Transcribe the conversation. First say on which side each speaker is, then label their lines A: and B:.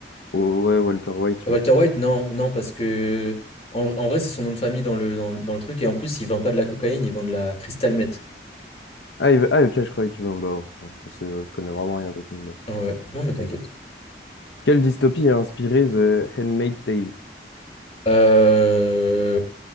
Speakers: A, on the left; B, on the left.
A: Oh, ouais, Walter White
B: Walter
A: là.
B: White? Non, non, parce que en, en vrai, c'est son nom de famille dans le, dans, le dans le truc. Et en plus, il vend pas de la cocaïne, il vend de la crystal meth.
A: Ah, il veut- ah, ok, je croyais qu'il vend. Bah, ouais, bon, je sais, euh, je connais vraiment rien à Breaking Bad.
B: Ouais, non, mais t'inquiète.
A: Quelle dystopie a inspiré The Handmaid's Tale?
B: Euh,